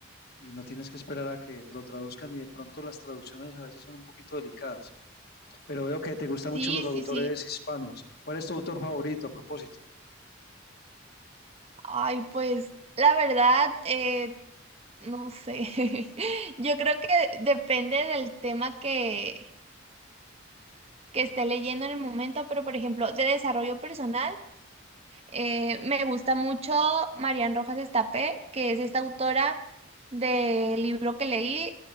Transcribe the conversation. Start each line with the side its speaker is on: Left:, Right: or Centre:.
Left: y no tienes que esperar a que te lo traduzcan y de pronto las traducciones a veces son un poquito delicadas, pero veo que te gustan
Right: Sí,
Left: mucho los autores
Right: sí, sí.
Left: hispanos. ¿Cuál es tu autor favorito a propósito?
Right: Ay, pues la verdad, eh, no sé. <laughs> Yo creo que depende del tema que, que esté leyendo en el momento, pero por ejemplo, de desarrollo personal. Eh, me gusta mucho Marian Rojas Estapé, que es esta autora del libro que leí,